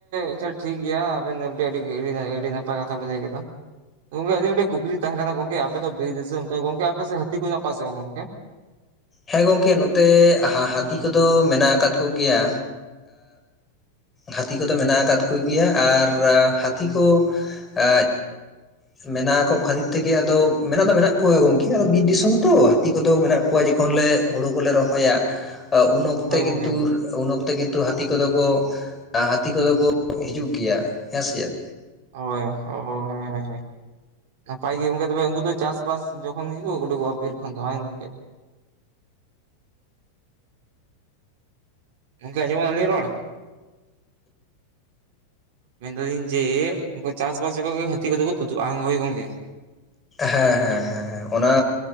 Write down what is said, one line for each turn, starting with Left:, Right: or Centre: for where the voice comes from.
Right: ᱟᱪᱪᱷᱟ ᱴᱷᱤᱠ ᱜᱮᱭᱟ ᱟᱵᱮᱱ <unintelligible> ᱟᱹᱰᱤ ᱟᱹᱰᱤ ᱱᱟᱯᱟᱭ ᱠᱟᱛᱷᱟ ᱵᱮᱱ ᱞᱟᱹᱭ ᱠᱮᱫᱟ ᱜᱚᱝᱠᱮ ᱟᱹᱰᱤ ᱢᱤᱫᱴᱮᱱ ᱠᱩᱠᱞᱤ ᱛᱟᱦᱮᱸ ᱠᱟᱱᱟ ᱜᱚᱝᱠᱮ ᱟᱯᱮ ᱫᱚ ᱵᱤᱨ ᱫᱤᱥᱚᱢ ᱛᱚ ᱜᱚᱝᱠᱮ ᱟᱯᱮ ᱥᱮ ᱦᱟᱹᱛᱤ ᱠᱚ ᱦᱮᱱᱟᱜ ᱠᱚᱣᱟ ᱥᱮ ᱵᱟᱝ ᱜᱚᱢᱠᱮ
Left: ᱦᱮᱸ ᱜᱚᱢᱠᱮ ᱱᱚᱛᱮ ᱦᱟᱹᱛᱤ ᱠᱚᱫᱚ ᱢᱮᱱᱟᱜ ᱟᱠᱟᱫ ᱠᱚᱜᱮᱭᱟ ᱦᱟᱹᱛᱤ ᱠᱚᱫᱚ ᱢᱮᱱᱟᱜ ᱟᱠᱟᱫ ᱠᱚᱜᱮᱭᱟ ᱟᱨ ᱦᱟᱹᱛᱤ ᱠᱚ ᱮ ᱥ ᱢᱮᱱᱟᱜ ᱠᱚ ᱠᱷᱟᱹᱛᱤᱨ ᱛᱮᱜᱮ ᱟᱫᱚ ᱢᱮᱱᱟᱜ ᱫᱚ ᱢᱮᱱᱟᱜ ᱠᱚᱣᱟ ᱜᱚᱝᱠᱮ ᱟᱫᱚ ᱵᱤᱨ ᱫᱤᱥᱚᱢ ᱛᱚ ᱦᱟᱹᱛᱤ ᱠᱚᱫᱚ ᱢᱮᱱᱟᱜ ᱠᱚᱣᱟ ᱡᱮ ᱡᱚᱠᱷᱚᱱ ᱞᱮ ᱦᱳᱲᱳ ᱠᱚᱞᱮ ᱨᱚᱦᱚᱭᱟ ᱩᱱ ᱚᱠᱛᱮ
Right: ᱦᱳᱭ ᱜᱚᱝᱠᱮ
Left: ᱠᱤᱱᱛᱩ ᱩᱱ ᱚᱠᱛᱮ ᱠᱤᱱᱛᱩ ᱦᱟᱹᱛᱤ ᱠᱚᱫᱚ ᱠᱚ ᱦᱟᱹᱛᱤ ᱠᱚᱫᱚ ᱠᱚ ᱦᱤᱡᱩᱜ ᱜᱮᱭᱟ ᱦᱮᱸᱥᱮ ᱪᱮᱫ
Right: ᱦᱳᱭ ᱦᱳᱭ ᱦᱳᱭ ᱱᱟᱯᱟᱭ ᱜᱮ ᱜᱚᱝᱠᱮ ᱛᱚᱵᱮ ᱩᱱᱠᱩ ᱫᱚ ᱪᱟᱥᱵᱟᱥ ᱡᱚᱠᱷᱚᱱ ᱜᱮᱠᱚ ᱩᱰᱩᱠᱚᱜ-ᱟ ᱵᱤᱨ ᱠᱷᱚᱱ ᱫᱚ ᱦᱮᱸ ᱜᱚᱝᱠᱮ, ᱜᱚᱝᱠᱮ ᱟᱡᱚᱢᱚᱜ-ᱟ ᱟᱞᱤᱧᱟᱜ ᱨᱚᱲ? ᱢᱮᱱ ᱫᱟᱞᱤᱧ ᱡᱮ ᱩᱱᱠᱩ ᱪᱟᱥ ᱵᱟᱥ ᱡᱚᱠᱷᱚ ᱜᱮ ᱦᱟᱹᱛᱤ ᱠᱚ ᱫᱚᱠᱚ ᱛᱩᱫᱩᱜ-ᱟ ᱦᱳᱭ ᱜᱚᱝᱠᱮ
Left: ᱦᱮᱸ ᱦᱮᱸ ᱦᱮᱸ ᱚᱱᱟ